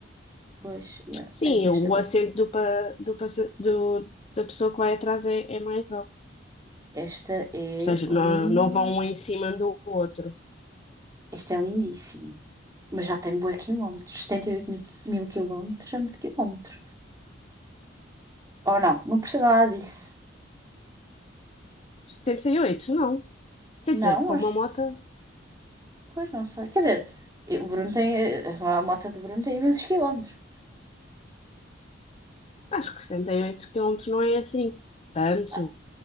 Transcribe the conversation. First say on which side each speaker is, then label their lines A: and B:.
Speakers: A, on the right; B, on the left.
A: Pois. yeah.
B: Sim,
A: Aí, esta.
B: o acerto do, pa- do, passa- do- da pessoa que vai atrás é, é mais alto.
A: Esta é
B: Ou seja, não,
A: lin...
B: não vão um em cima do outro.
A: Esta é lindíssima. Mas já tem bué quilómetros. 78 mil, mil quilómetros é muito quilómetro. Ou não, não precisa nada disso.
B: 78, não. Quer
A: Não,
B: dizer, para
A: mas...
B: uma moto,
A: Pois não sei. Quer dizer, eh, o Bruno tem... eh, A moto do Bruno tem imensos quilómetros.
B: acho que 68 quilômetros não é assim. Tanto.
A: Ah,